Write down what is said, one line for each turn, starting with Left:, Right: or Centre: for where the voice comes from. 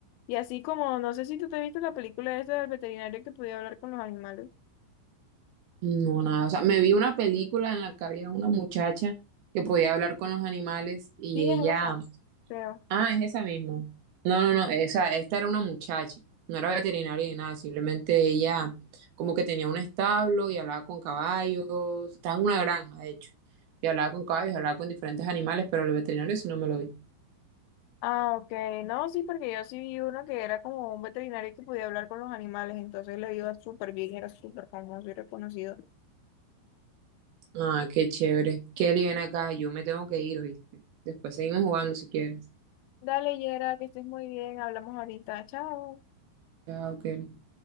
Left: Y así como, no sé si tú te viste la película esta del veterinario que podía hablar con los animales.
Right: No, nada. O sea, me vi una película en la que había una muchacha que podía hablar con los animales y
Left: Sí,
Right: ella.
Left: es esa, creo.
Right: Ah, es esa misma. No, no, no. Esa, esta era una muchacha. No era veterinaria ni nada. Simplemente ella como que tenía un establo y hablaba con caballos. Estaba en una granja, de hecho. Y hablaba con caballos, hablaba con diferentes animales, pero el veterinario sí no me lo vi.
Left: Ah, ok. No, sí, porque yo sí vi uno que era como un veterinario que podía hablar con los animales, entonces le iba súper bien, era súper famoso y reconocido.
Right: Ah, qué chévere. Kelly, ven acá. Yo me tengo que ir, ¿oíste? Después seguimos jugando si quieres.
Left: Dale, Yera, que estés muy bien, hablamos ahorita, chao.
Right: Chao, Kelly.